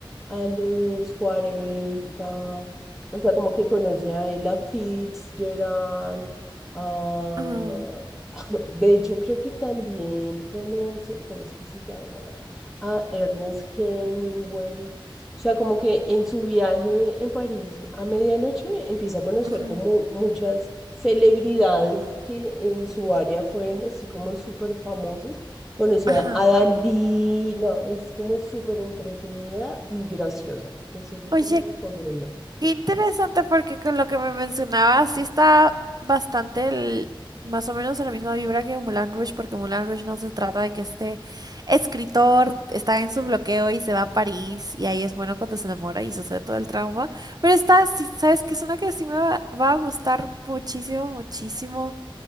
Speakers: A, in the centre; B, on the right.
A: a los 40, o sea, como que conoce a Ella Fitzgerald, a...
B: ajá,
A: <laughs> De hecho, creo que también conoce, ¿cómo es que se llama? A Ernest Hemingway. O sea, como que en su viaje en París a medianoche empieza a conocer
B: ajá,
A: como muchas celebridades que en su área fueron así como súper famosas Conoce
B: ajá.
A: a a Dalí, no, es como súper entretenida y graciosa. En serio
B: Oye,
A: te la recomiendo.
B: qué interesante porque con lo que me mencionabas sí está bastante el- más o menos en la misma vibra que Moulin Rouge, porque Moulin Rouge no se trata de que este escritor está en su bloqueo y se va a París y ahí es bueno cuando se enamora y sucede todo el trauma. Pero esta, sí, sabes que es una que sí me va, va a gustar muchísimo, muchísimo.